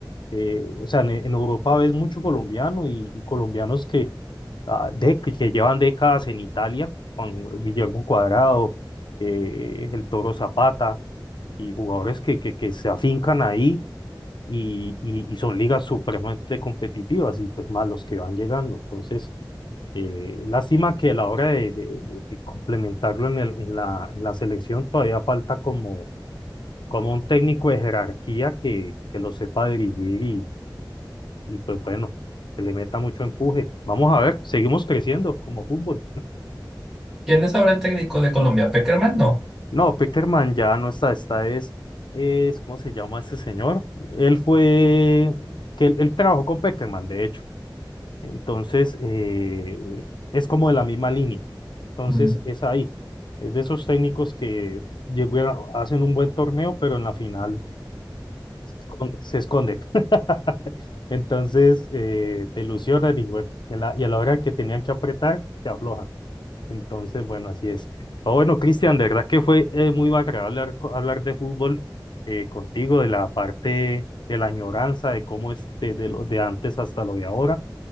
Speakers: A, on the left (about 65°); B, in the centre.
A: eh, o sea, en, en Europa ves mucho colombiano y, y colombianos que, ah, de, que, que llevan décadas en Italia, con Guillermo Cuadrado, eh, el Toro Zapata, y jugadores que, que, que se afincan ahí. Y, y, y son ligas supremamente competitivas y pues más los que van llegando. Entonces, eh, lástima que a la hora de, de- de- de complementarlo en el- en la, en la selección todavía falta como, como un técnico de jerarquía que, que lo sepa dirigir y, y pues bueno, que le meta mucho empuje. Vamos a ver, seguimos creciendo como fútbol.
B: ¿Quién es ahora el técnico de Colombia? ¿Peckerman? No.
A: No, Peckerman ya no está, esta es, es, ¿cómo se llama este señor? Él fue, que él, él trabajó con Peckerman, de hecho. Entonces, eh, es como de la misma línea. Entonces
B: Mm,
A: es ahí. Es de esos técnicos que llegan, hacen un buen torneo, pero en la final se esconden. se esconden. <laughs> Entonces eh, te ilusionan y bueno, y a la, y a la hora que tenían que apretar, se aflojan. Entonces, bueno, así es. Pero bueno, Cristian, de verdad que fue eh, muy agradable hablar, co- hablar de fútbol eh, contigo, de la parte de la añoranza, de cómo es desde lo de antes hasta lo de ahora.